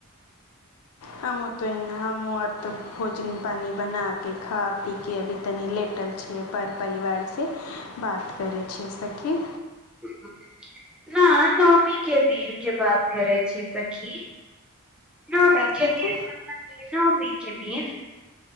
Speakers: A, on the left; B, in the centre.
A: हमहु त हम्हु आर तऽ भोजन पानी बना के खा पीके अभी तनि लेटल लेटल छियै पर परिवार से बात करै छिये सखी
B: <unintelligible> न नौमी के दिन के बात करै छी सखी नौमी
A: का
B: के
A: सखी
B: दिन <unintelligible>